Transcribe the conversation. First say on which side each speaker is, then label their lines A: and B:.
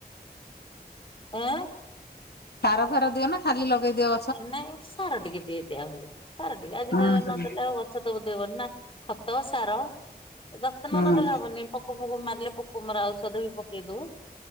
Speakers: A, on the left (about 35°); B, on the left (about 80°).
A: ଏଁ
B: ସାର ଫାର ଦିଅନା ଖାଲି ଲଗେଇ ଦିଅ
A: ନାଇଁ ସାର ଟିକେ ଦେ ଦିଆ ହୁଏ। ସାର ଟିକେ ଆଜିିକ
B: ହୁଁ ହୁଁ
A: ନଦେଲେ ଆଉ ଗଛ ତ ଉଧେଇବନି ନା। ଖତ, ସାର ଯତ୍ନ
B: ହୁଁ
A: ନକଲେ ହବନି। ପୋ ପୋକ ମୋକ ମାରିଲେ ବି ପୋକ ମରା ଔଷଧ ବି ପକେଇ ଦଉ।